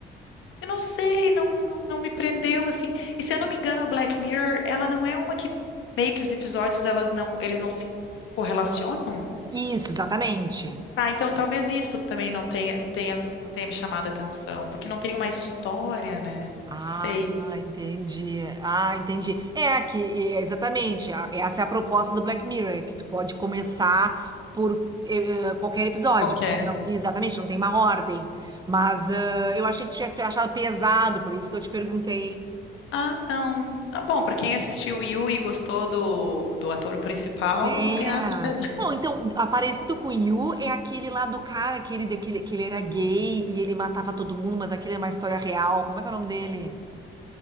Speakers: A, on the left (about 80°); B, on the right (about 20°).
A: Eu não sei, não, não, não me prendeu assim. E se eu não me engano, a Black Mirror, ela não é uma que meio que os episódios elas não, eles não se correlacionam?
B: Isso, exatamente.
A: Ah, então talvez isso também não tenha, tenha, não tenha me chamado a atenção, porque não tem uma história, né? Não
B: Ah,
A: sei
B: entendi. Ah, entendi. É que é, exatamente. a- Essa é a proposta do Black Mirror, é que tu pode começar por eh, eh, qualquer episódio,
A: qual que
B: porque
A: é.
B: não- exatamente, não tem uma ordem. Mas ah, eu achei que tu tivesse achado pesado, por isso que eu te perguntei.
A: Ah, não. Ah, bom, pra quem assistiu Yu e gostou do, do ator principal,
B: É.
A: não tem nada de pesado.
B: Bom, então, Aparecido com You é aquele lá do cara que ele, daquele- que ele era gay e ele matava todo mundo, mas aquele é uma história real. Como é que é o nome dele?